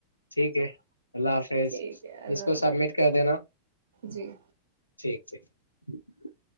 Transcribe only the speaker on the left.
ٹھیک ہے اللہ حافظ
اس کو
سبمٹ کر دینا
ٹھیک ٹھیک <unintelligible>